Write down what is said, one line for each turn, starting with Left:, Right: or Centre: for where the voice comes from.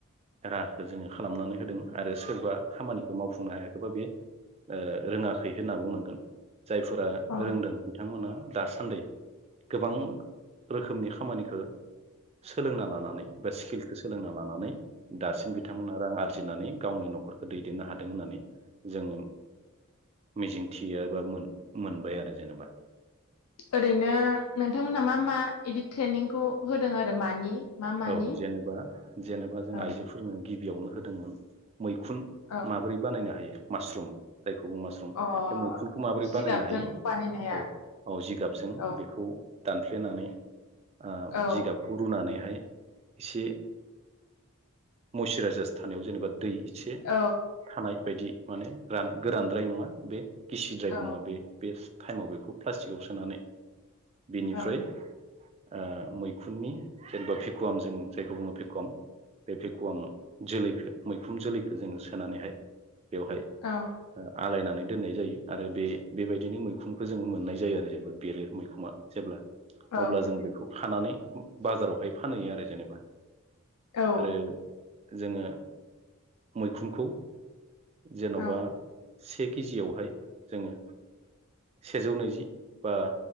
Right: राहाखौ जोङो खालामनानै होदों आरो सोरबा खामानिखौ मावफुंनो हायाखैबा बे रोङाखै होनना बुंनांगोन जायफोरा
Left: अ ओं
Right: रोंदों बिथांमोना दासान्दै गोबां रोखोमनि खामानिखौ सोलोंना ला लानानै बा स्किलखौ सोलोंना लानानै दासिम बिथांमोना रां आरजि आरजिनानै गावनि नखरखौ दैदेननो हादों होननानै जोङो मिजिंथियो बा मोनबाय आरो जेनेबा
Left: ओरैनो नोंथांमोनहा मा मा बिदि ट्रेनिंखौ होदों आरो मानि? मा मानि
Right: औ जेनेबा जेनेबा जों
Left: औ
Right: आइजोफोरनो गिबियावनो होदोंमोन मैखुन
Left: औ
Right: माबोरै बानायनो हायो मास्रुम जायखौ मास्रुम
Left: अ
Right: बे मैखुनखौ माबोरै
Left: जिगाबजों
Right: बानायनो हायो
Left: बानायनाया
Right: औ औ जिगाबजों
Left: औ
Right: बेखौ दानफ्लेनानै ओ
Left: औ
Right: जिगाबखौ रुनानैहाय एसे मयस्चुराइजारस थानायाव जेनेबा दै एसे
Left: औ
Right: थानाय बायदि माने रान गोरानद्राय नङा बे गिसिद्रायबो
Left: औ
Right: नङा बे बेस्ट टाइमाव बेखौ प्लास्टिकआव सोनानै बेनिफ्राय
Left: औ
Right: ओ मैखुननि जेनेबा भेकुवाम जों जायखौ बुङो भेकुवाम बे भेकुवाम जोलैखौ मैखुन जोलैखौ जोङो सोनानैहाय बेवहाय
Left: औ
Right: आलायनानै दोननाय जायो आरो बेबायदिनो मैखुनखौ जोङो मोननाय जायो आरो जेनेबा बेरो मैखुङा जेब्ला
Left: औ
Right: अब्ला जों बेखौ खानानै बाजारावहाय फानहैयो आरो जेनेबा
Left: औ
Right: आरो जोङो मैखुनखौ जेनबा
Left: औ
Right: से केजियावहाय जोंङो सेजौ नैजि बा